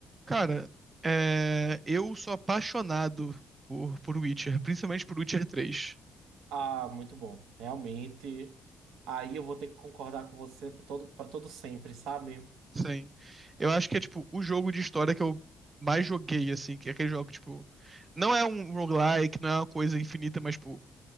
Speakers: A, on the right (about 30°); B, on the right (about 85°).
A: Cara, é, eu sou apaixonado por, por Witcher, principalmente por Witcher três.
B: Ah, muito bom. Realmente. Aí eu vou ter que concordar com você para todo, para todo sempre, sabe?
A: Sim. Eu acho que é, tipo, o jogo de história que eu mais joguei, assim, que é aquele jogo, que, tipo, não é um roguelike, não é uma coisa infinita, mas, tipo,